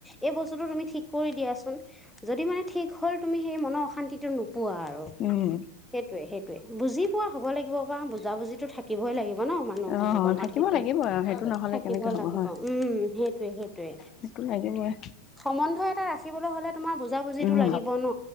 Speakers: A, in the centre; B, on the left (about 30°).
A: এই বস্তুটো তুমি ঠিক কৰি দিয়াচোন যদি মানে ঠিক হ'ল তুমি সেই মনৰ অশান্তিটো নো পোৱা আৰু
B: উম
A: সেইটোৱে সেইটোৱে বুজি পোৱা হ'ব লাগিব বা বুজা বুজিটো থাকিবই লাগিব ন মানুহৰ
B: অ
A: জীৱনত
B: থাকিব
A: সেইটোৱে
B: লাগিব আৰু সেইটো নহ'লে
A: থাকিব
B: কেনেকে হ'ব
A: লাগিব
B: হয়
A: উম সেই টোৱে সেইটোৱে
B: সেইটো লাগিবই
A: সম্বন্ধ এটা ৰাখিবলৈ হলে তোমাৰ বুজা বুজিটো
B: উম
A: লাগিব ন